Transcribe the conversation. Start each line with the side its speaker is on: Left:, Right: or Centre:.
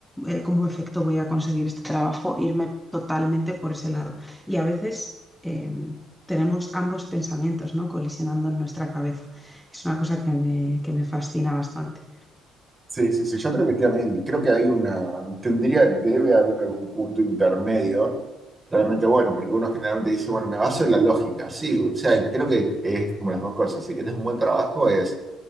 Centre: eh, como efecto voy a conseguir este trabajo, irme totalmente por ese lado. Y a veces em, tenemos ambos pensamientos, ¿no? Colisionando en nuestra cabeza. Es una cosa que me, que me fascina bastante.
Right: Sí, sí, sí, yo creo que también, creo que hay una, tendría, debe haber algún punto intermedio, realmente bueno, porque uno generalmente dice, bueno, me baso en la lógica, sí, o sea, creo que es como las dos cosas, si quieres un buen trabajo es